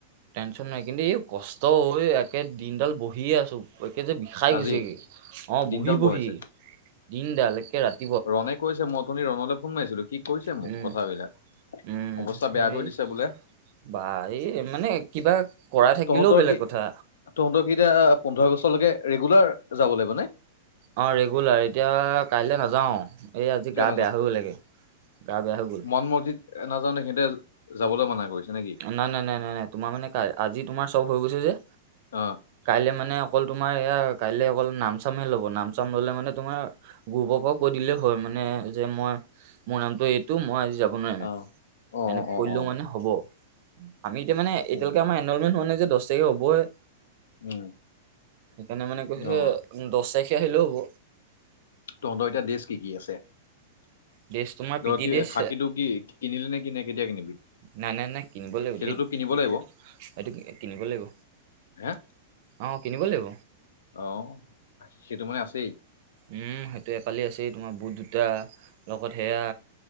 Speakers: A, on the right; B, on the left.
A: টেনশ্যন নাই কিন্তু এই কষ্ট এ একে দিনডাল বহিয়ে আছো। ভৰিকে যে বিষাই
B: আজি
A: গৈছে। অ',
B: দিনডাল
A: বহি
B: বহাইছে
A: বহি দিনডাল একে ৰাতি
B: ৰনে কৈছে মই অথনি ৰণলৈ ফোন মাৰিছিলো সি কৈছে
A: উম
B: মোক কথাবিলাক। অৱস্থা
A: উম
B: বেয়া
A: এই
B: কৰি দিছে বোলে?
A: বা, এই মানে কিবা কৰাই থাকিলেও
B: তহঁতৰ
A: বেলেগ
B: কি
A: কথা।
B: তহঁতৰ কি এতিয়া পোন্ধৰ আগষ্টলৈকে ৰেগুলাৰ যাব লাগিব নে?
A: অ', ৰেগুলাৰ এতিয়া কাইলৈ নাযাওঁ। এই আজি
B: কিয়
A: গা বেয়া হৈ গ'লগে, গা বেয়া হৈ গ'ল।
B: সাংমতিত নাযাওঁ নেকি দে যাবলৈ মানা কৰিছে নেকি?
A: নাই নাই নাই নাই নাই। তোমাৰ মানে কাই-আজি তোমাৰ চব হৈ গৈছে যে।
B: অ'।
A: কাইলৈ মানে অকল তোমাৰ এয়া কাইলে অকল নামচামে ল'ব নাম চাম ললে মানে তোমাৰ গুৰুপৰ পৰা কৈ দিলেই হয় মানে যে মই মোৰ নামটো এইটো মই আজি যাব নোৱাৰিম।
B: অ অ
A: এনেকে
B: অ অ
A: কৰিলেও
B: অ
A: মানে হ'ব আমি এতি মানে এতিয়ালৈকে
B: উম
A: আমাৰ এনৰলমেণ্ট হোৱা নাই যে দহ তাৰিখে হবই।
B: উম
A: সেইকাৰণে মানে কৈছে
B: অ
A: দহ তাৰিখে আহিলেও হ'ব।
B: তহঁতৰ এতিয়া ডেছ কি কি আছে?
A: ড্ৰেছ তোমাৰ পি
B: ধৰ
A: টি
B: কি
A: ড্ৰেছ
B: খাকীটো কি কিনিলি নেকি নে কেতিয়া কিনিবি?
A: নাই নাই নাই কিনিব লাগিব
B: সেইটোতো
A: দেত
B: কিনিব
A: এতিয়া
B: লাগিব
A: এইটো কিনিব লাগিব।
B: হে?
A: অ', কিনিব লাগিব।
B: অ', সেইটো মানে আছেই?
A: উম, সেইটো এ কালি আছেই তোমাৰ বুট দুটা লগত সেয়া।